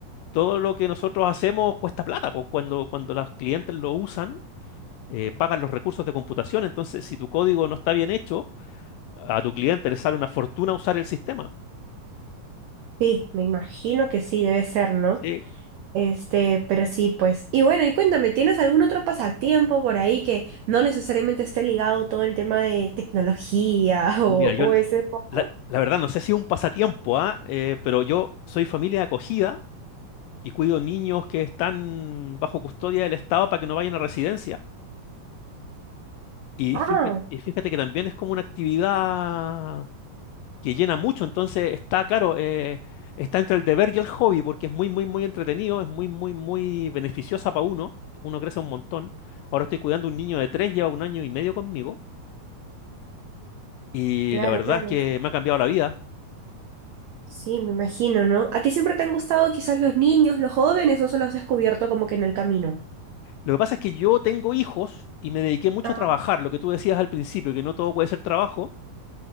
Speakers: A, on the left; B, on the right.
A: todo lo que nosotros hacemos cuesta plata, pues cuando, cuando los clientes lo usan, eh, pagan los recursos de computación, entonces si tu código no está bien hecho, a tu cliente le sale una fortuna usar el sistema.
B: Sí, me imagino que sí, debe ser, ¿no?
A: Sí,
B: Este, pero sí, pues. Y bueno, y cuéntame, ¿tienes algún otro pasatiempo por ahí que no necesariamente esté ligado todo el tema de tecnología <laughs> o,
A: Uy, mira, yo,
B: o ese poco?
A: La, la verdad, no sé si es un pasatiempo, ¿ah? Eh, pero yo soy familia de acogida y cuido niños que están bajo custodia del Estado para que no vayan a residencia. Y
B: Ah,
A: fíjate, y fíjate que también es como una actividad que llena mucho, entonces está, claro, eh, está entre el deber y el hobby, porque es muy, muy, muy entretenido, es muy, muy, muy beneficiosa para uno, uno crece un montón. Ahora estoy cuidando un niño de tres, lleva un año y medio conmigo, y
B: claro,
A: la verdad
B: claro.
A: es que me ha cambiado la vida.
B: Sí, me imagino, ¿no? ¿A ti siempre te han gustado quizás los niños, los jóvenes, o solo has descubierto como que en el camino?
A: Lo que pasa es que yo tengo hijos y me dediqué mucho
B: Ah,
A: a trabajar, lo que tú decías al principio, que no todo puede ser trabajo.